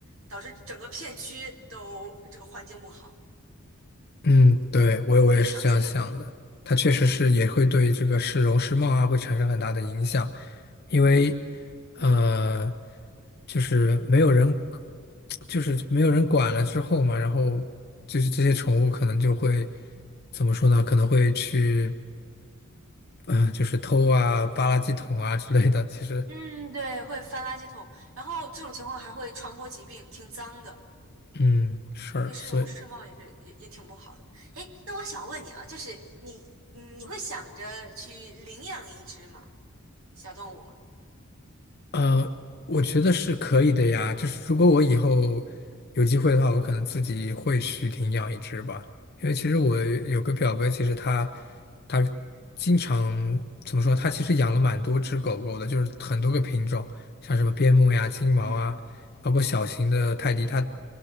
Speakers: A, on the right; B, on the left.
A: 导致整个片区都这个环境不好，
B: 嗯，对，我我也是这样想的，
A: 那是长期问题。
B: 它确实是也会对这个市容市貌啊会产生很大的影响。
A: 嗯
B: 因为
A: 嗯
B: 呃，就是没有人，就是没有人管了之后嘛，然后就是这些宠物可能就会怎么说呢？可能会去，呃，就是偷啊、扒垃圾桶啊之类的。其实，
A: 嗯，对，会翻垃圾桶，然后这种情况还会传播疾病，挺脏的。
B: 嗯，是，
A: 对市容市貌也是也也挺不好的。
B: 所以。
A: 哎，那我想问你啊，就是你嗯你会想着去领养一只吗？小动物吗？
B: 呃，我觉得是可以的呀。就是如果我以后有机会的话，我可能自己会去领养一只吧。因为其实我有个表哥，其实他他经常怎么说？他其实养了蛮多只狗狗的，就是很多个品种，像什么边牧呀、金毛啊，
A: 嗯
B: 包括小型的泰迪。
A: 嗯
B: 他